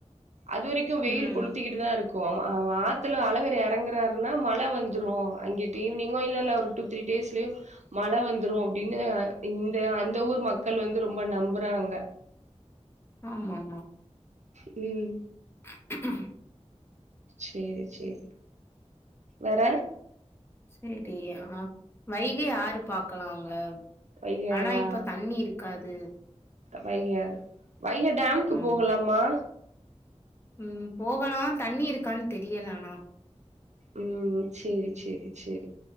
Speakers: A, on the right; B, on the left.
A: அதுவரைக் க்கு வெயில்
B: ம்.
A: கொளுத்திக்கிட்டு தா இருக்கு அம ஆத்துல அழகர் எறங்குறாருன்னா மழ வந்துரு அங்கிட்டு ஈவினிங்கு இல்ல இல்ல ஒரு டூ த்ரீ டேஸ்லயு மழை வந்துரு அப்படின்னு இந்த அந்த ஊர் மக்கள் வந்து ரொம்ப நம்புறாங்க
B: ஆமா ஆமா
A: ம்
B: <inaudible>
A: சேரி சேரி வேற
B: சேரி ஆ வைகை ஆறு பாக்கலாங்க
A: வைகையாறா
B: ஆனா இப்ப தண்ணி இருக் காது
A: வைகையாறு வைகை டேமுக்கு
B: ஆமா.
A: போகலாமா
B: ம் போகலா தண்ணி இருக்கான் தெரியல ஆனா
A: ம் சேரி சேரி சேரி